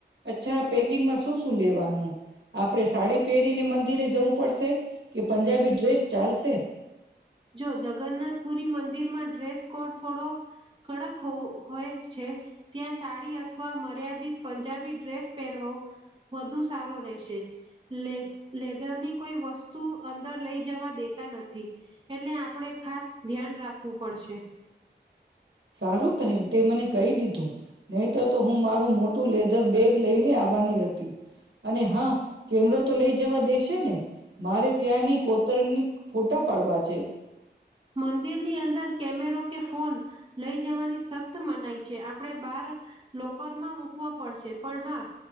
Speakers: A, on the right; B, on the right.
A: અચ્છા પેકિંગમાં શું શું લેવાનું આપણે સાડી પહેરીને મંદિરે જવું પડશે, કે પંજાબી ડ્રેસ ચાલશે?
B: જો જગન્નાથપુરી મંદિરમાં ડ્રેસ કોડ થોડો, કડક હોય છે ત્યાં સાડી અથવા મર્યાદિત પંજાબી ડ્રેસ પહેરવો, વધુ સારો રહેશે, લ લેધરની કોઈ વસ્તુ અંદર લઈ જવા દેતા નથી. એટલે આપણે ખાસ ધ્યાન રાખવું પડશે.
A: સારું થયું તે મને કહી દીધું નહી, તો તો હું મારું મોટું લેધર બેગ લઈને આવવાની હતી, અને હા કેમરો તો લઈ જવા દેશે ને? મારે ત્યાંની કોતર ફોટા પાડવા છે. છેે.
B: મંદિરની અંદર કેમેરો કે ફોન, લઈ જવાની સખ્ત મનાય છે આપણે બાર, લોકરમાં મૂકવા પડશે પણ હા,